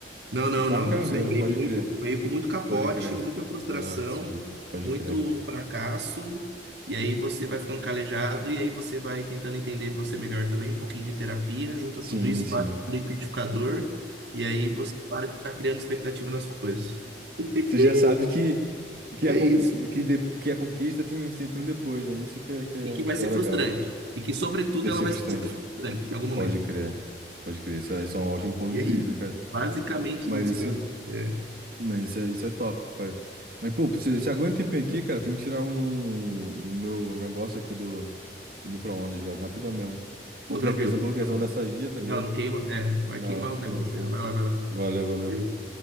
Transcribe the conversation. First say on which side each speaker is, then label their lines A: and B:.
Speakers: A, on the right (about 70°); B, on the right (about 55°).
A: Não, não,
B: De fábrica
A: não.
B: não
A: Isso
B: veio,
A: aí
B: né?
A: veio
B: Pode
A: muito,
B: crer,
A: veio com muito capote,
B: pode crer.
A: muita frustração,
B: Ah, sim, pode
A: muito
B: crer.
A: fracasso. E aí você vai ficando calejado e aí você vai tentando entender você melhor também, um pouquinho de terapia, junta
B: Sim,
A: tudo isso,
B: sim.
A: bate no liquidificador e aí você para de ficar criando expectativa nas coisas. <laughs>
B: Você já sabe que, que,
A: É
B: a, con-
A: isso.
B: que, de- que a conquista tem sempre um depois, né? Isso que é, que é,
A: E que vai
B: que
A: ser
B: é o legal,
A: frustrante.
B: cara.
A: E que, sobretudo,
B: Deve
A: ela
B: ser
A: vai
B: frustrante.
A: ser frustrante em algum momento.
B: Pode crer, pode crer. Isso é, isso é um ótimo ponto
A: E
B: de
A: é isso.
B: vista, cara.
A: Basicamente
B: Mas
A: isso,
B: isso,
A: cara. É
B: mas isso é, isso é top, pai. Mas, pô, você, você aguenta um tempinho aqui, cara? Tem que tirar um, o meu negócio aqui do, do micro-ondas, viado. Rapidão mesmo. Comprei
A: Pô, tranquilo.
B: aqueles hamburguesão
A: tranquilo.
B: da Sadia, tá ligado?
A: Não, não queima. É, não vai
B: Não,
A: queimar
B: show,
A: os negócios
B: show.
A: aí. não. Vai lá, vai lá.
B: Valeu, valeu.
A: Valeu.